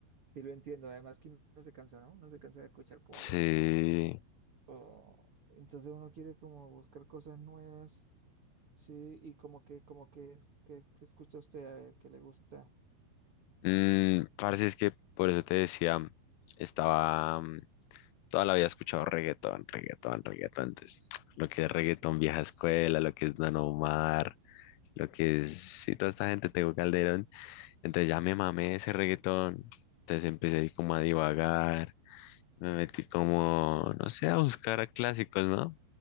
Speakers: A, on the right; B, on the left.
A: sí lo entiendo. Además que uno se cansa, ¿no? Uno se cansa de escuchar como
B: Sí,
A: lo mismo. O- entonces uno quiere como buscar cosas nuevas. Sí, y como que, como que, que, que escucha usted a ver qué le gusta.
B: mm, parce, es que por eso te decía, estaba, mm, toda la vida he escuchado reggaetón, reggaetón, reggaetón, entonces, lo que es reggaetón vieja escuela, lo que es Don Omar, lo que es, sí, toda esta gente, Tego Calderón, Entonces ya me mamé ese reggaetón. Entonces empecé ahí como a divagar. Me metí como, no sé, a buscar clásicos, ¿no?